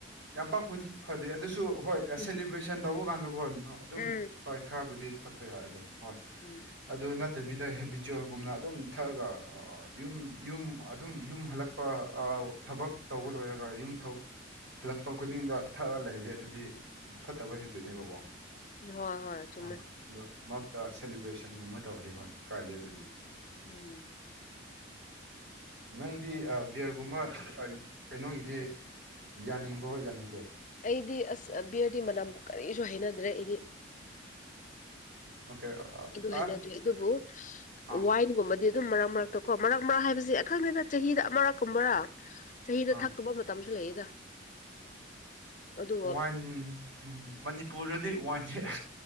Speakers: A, on the right; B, on the left.
A: ꯌꯥꯝ ꯄꯥꯛꯄꯨꯗꯤ ꯐꯗꯦ ꯑꯗꯨꯁꯨ ꯍꯣꯏ ꯑꯦ
B: ꯎꯝ
A: ꯁꯦꯂꯦꯕ꯭ꯔꯦꯁꯟ ꯇꯧꯕ ꯀꯥꯟꯗꯀꯣ ꯑꯗꯨꯝ
B: ꯎꯝ
A: ꯍꯣꯏ ꯈꯔꯕꯨꯗꯤ ꯊꯛꯄ ꯌꯥꯎꯋꯦ ꯑꯗꯨꯝ ꯍꯣꯏ
B: ꯎꯝ
A: ꯑꯗꯨ ꯅꯠꯇꯕꯤꯗ ꯍꯦꯕꯤꯆꯨꯋꯦꯜꯒꯨꯝꯅ ꯑꯗꯨꯝ ꯊꯛꯑꯒ ꯌꯨꯝ ꯌꯨꯝ ꯑꯗꯨꯝ ꯌꯨꯝ ꯍꯜꯂꯛꯄ ꯑ ꯊꯕꯛ ꯇꯧꯕ ꯂꯣꯏꯔꯒ ꯌꯨꯝ ꯍꯜꯂꯛꯄ ꯈꯨꯗꯤꯡꯗ ꯊꯛꯑ ꯂꯩꯔꯗꯤ ꯑꯗꯨꯗꯤ ꯐꯠꯇꯕ ꯍꯦꯕꯤꯠꯅꯦꯕꯀꯣ
B: ꯍꯣꯏ ꯍꯣꯏ ꯆꯨꯝꯃꯦ
A: ꯑ ꯑꯗꯣ ꯃꯔꯛꯇ ꯁꯦꯂꯦꯕ꯭ꯔꯦꯁꯟꯒꯨꯝꯕ ꯇꯧꯔꯗꯤ ꯍꯣꯏ ꯀꯥꯏꯗꯦ ꯑꯗꯨꯗꯤ
B: ꯎꯝ ꯎꯝ
A: ꯅꯪꯗꯤ ꯕꯤꯌꯔꯒꯨꯝꯕ ꯀꯩꯅꯣꯒꯤꯗꯤ ꯌꯥꯅꯤꯡꯕ꯭ꯔꯣ ꯌꯥꯅꯤꯡꯗꯦ
B: ꯑꯩꯗꯤ ꯑꯁ ꯕꯤꯌꯔꯗꯤ ꯃꯅꯝ ꯀꯔꯤꯁꯨ ꯍꯩꯅꯗ꯭ꯔꯦ ꯑꯩꯗꯤ
A: ꯑꯣꯀꯦ ꯑ
B: ꯑꯗꯨ ꯍꯥꯏꯅꯗ꯭ꯔꯦ
A: ꯑ,
B: ꯑꯗꯨꯕꯨ
A: ꯑꯥ
B: ꯋꯥꯏꯟꯒꯨꯝꯕꯗꯤ ꯑꯗꯨꯝ ꯃꯔꯛ ꯃꯔꯛꯇ ꯀꯣ ꯃꯔꯛ ꯃꯔꯛ ꯍꯥꯏꯕꯁꯦ ꯑꯈꯪꯗꯦꯗ ꯆꯍꯤꯗ ꯑꯃꯔꯛꯀꯨꯝꯕꯔꯥ ꯆꯍꯤꯗ
A: ꯑꯥ
B: ꯊꯛꯇꯕ ꯃꯇꯝꯁꯨ ꯂꯩꯌꯦꯗ ꯑꯗꯨꯒ
A: ꯋꯥꯏꯟ ꯃꯅꯤꯄꯨꯔꯗꯗꯤ ꯋꯥꯏꯟꯁꯦ